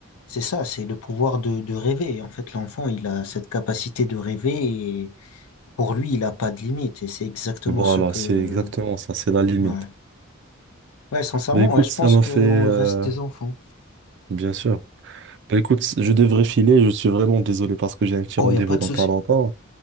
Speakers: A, on the left; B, on the right.
A: c'est ça, c'est le pouvoir de, de rêver. En fait, l'enfant, il a cette capacité de rêver et pour lui, il n'a pas de limite. Et c'est exactement
B: Voilà,
A: ce que,
B: c'est exactement ça, c'est la limite.
A: Ouais. Ouais, sincèrement,
B: Ben écoute,
A: ouais, je
B: ça
A: pense
B: m'a
A: qu'on
B: fait euh,
A: reste des enfants.
B: bien sûr. Ben écoute, je devrais filer, je suis vraiment désolé parce que j'ai un petit
A: Oh,
B: rendez-vous
A: il n'y a pas
B: dans
A: de souci.
B: pas longtemps.